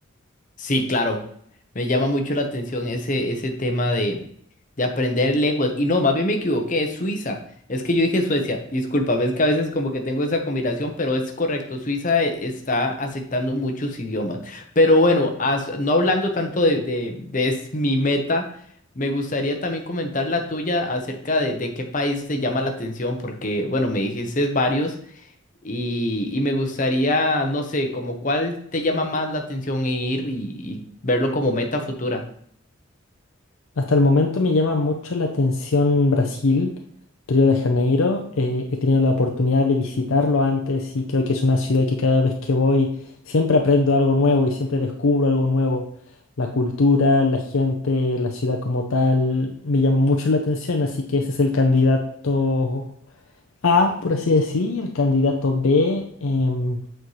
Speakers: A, on the left; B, on the left.
A: Sí, claro. Me llama mucho la atención ese, ese tema De aprender lenguas. Y no, más bien me equivoqué, es Suiza. Es que yo dije Suecia. Discúlpame, es que a veces como que tengo esa combinación, pero es correcto. Suiza eh, está aceptando muchos idiomas. Pero bueno, as- no hablando tanto de, de, de es mi meta, me gustaría también comentar la tuya acerca de, de qué país te llama la atención, porque bueno, me dijiste varios y, y me gustaría, no sé, como cuál te llama más la atención en ir y, y verlo como meta futura.
B: Hasta el momento me llama mucho la atención Brasil, Río de Janeiro. Eh, he tenido la oportunidad de visitarlo antes y creo que es una ciudad que cada vez que voy siempre aprendo algo nuevo y siempre descubro algo nuevo. La cultura, la gente, la ciudad como tal, me llama mucho la atención, así que ese es el candidato A, por así decir, y el candidato B, em,